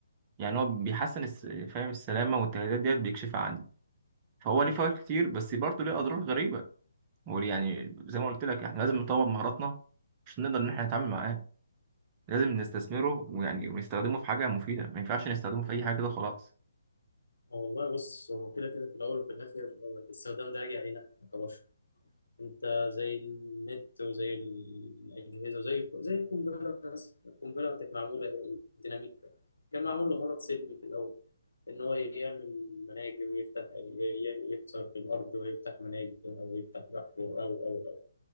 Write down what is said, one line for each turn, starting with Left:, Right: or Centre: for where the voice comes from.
Right: يعني هو بيحسن الس- فاهم السلامة والتهديدات ديت بيكشفها عنه فهو ليه فوائد كتير بس برضه ليه اضرار غريبة هو ليه- يعني زي ما قلت لك احنا لازم نطور مهاراتنا عشان نقدر ان احنا نتعامل معاه لازم نستثمره ويعني ونستخدمه في حاجة مفيدة ما ينفعش نستخدمه في اي حاجة كده خلاص
Left: آه، والله بص هو كده كده في الاول وفي الاخر هو الاستخدام ده راجع علينا احنا كبشر انت زي النت وزي الاجهزه وزي زي القنبله بس القنبله كانت معموله الديناميت كان معمول لغرض سلمي في الاول ان هو يعمل مناجم يفتح ي- ي- يكسر في الارض ويفتح مناجم او يفتح بحفر او او او